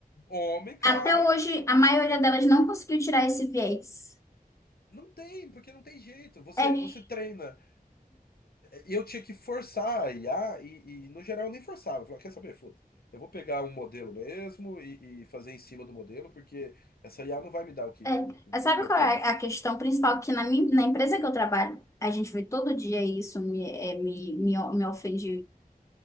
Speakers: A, on the left; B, on the left.
A: homem, claro.
B: até hoje, a maioria delas não conseguiu tirar esse viés.
A: Não tem, porque não tem jeito. Você,
B: É.
A: você treina. E eu tinha que forçar a IA, e, e no geral eu nem forçava. Eu falava, quer saber, foda Eu vou pegar um modelo mesmo e, e fazer em cima do modelo, porque essa IA não vai me dar o que,
B: É,
A: o,
B: é, sabe
A: o que eu
B: qual
A: quero.
B: é a questão principal? Que na, minha- na empresa que eu trabalho, a gente vê todo dia isso, me, é, me, me, o- me ofende